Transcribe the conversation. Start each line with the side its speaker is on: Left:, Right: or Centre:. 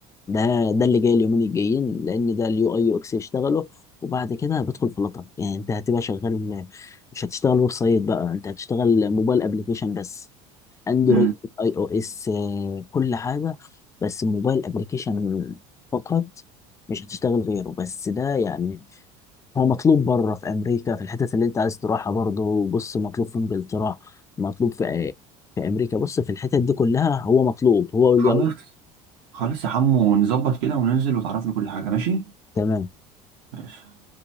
Left: ده ده اللي جاي اليومين الجايين لان ده اليو اي يو اكس يشتغلوا وبعد كده بدخل فلاتر يعني انت هتبقى شغال مش هتشتغل ويب سايت بقى انت هتشتغل موبايل ابلكيشن بس اندرويد
Right: امم
Left: اي او اس آه، كل حاجه بس الموبايل ابلكيشن فقط مش هتشتغل غيره بس ده يعني هو مطلوب بره في امريكا في الحتت اللي انت عايز تروحها برضه بص مطلوب في انجلترا مطلوب في آه، في امريكا بص في الحتت دي كلها هو مطلوب هو واليو
Right: خلاص
Left: آي.
Right: خلاص يا حمو نظبط كده وننزل وتعرفني كل حاجه ماشي
Left: تمام
Right: ماشي